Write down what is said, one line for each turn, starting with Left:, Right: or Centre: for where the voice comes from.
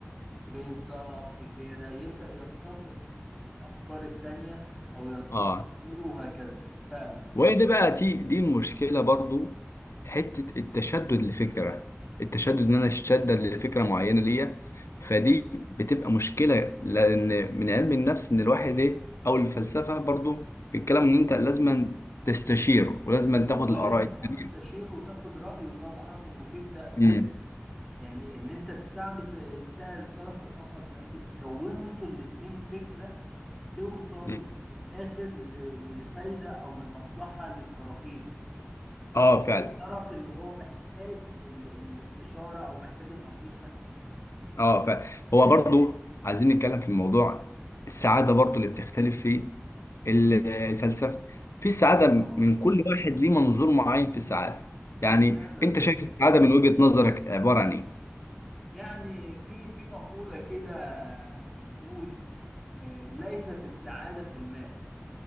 Centre: بالظبط كده يبدأ ينتقد الأفكار التانية أو ينتقد
Left: اه
Centre: غيره وهكذا فعلا
Left: وهي ده بقى دي دي المشكله برضو حته التشدد لفكره التشدد ان انا اتشدد لفكره معينه ليا فدي بتبقى مشكله لان من علم النفس ان الواحد ايه او الفلسفه برضو بيتكلم ان انت لازم تستشير ولازم
Centre: ما
Left: تاخد
Centre: هو
Left: الاراء
Centre: لازم
Left: التانيه
Centre: اه تستشير وتاخد رأيه طبعا وتبدأ ت...
Left: امم
Centre: يعني إن أنت تساعده في تساعد الطرف الآخر في إن أنتوا تكونوا أنتوا الاتنين فكرة توصل
Left: أمم.
Centre: في الآخر ل... لفايدة أو لمصلحة للطرفين
Left: اه
Centre: او
Left: فعلا
Centre: للطرف اللي هو محتاج ال... الاستشارة او محتاج النصيحة دي
Left: اه فهو برضو عايزين نتكلم في الموضوع السعاده برضو اللي بتختلف في ال- الفلسفه في السعاده
Centre: اه
Left: من كل واحد ليه منظور معين في السعاده يعني
Centre: فعلا
Left: انت شايف السعاده من وجهه نظرك عباره عن ايه
Centre: يعني في في مقولة كده بتقول آه، ليست السعادة في المال